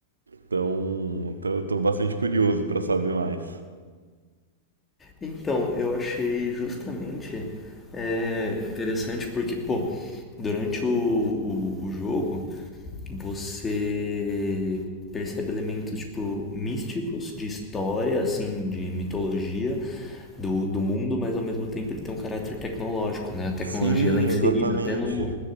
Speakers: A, on the right (about 80°); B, on the left (about 20°).
A: Então, então eu tô bastante curioso para saber mais.
B: Então, eu achei justamente é, interessante porque, pô, durante o, o, o jogo, você percebe elementos tipo místicos de história, assim, de mitologia do, do mundo, mas ao mesmo tempo ele tem um caráter tecnológico, né? A tecnologia
A: Sim,
B: ela é inserida
A: exatamente.
B: até no,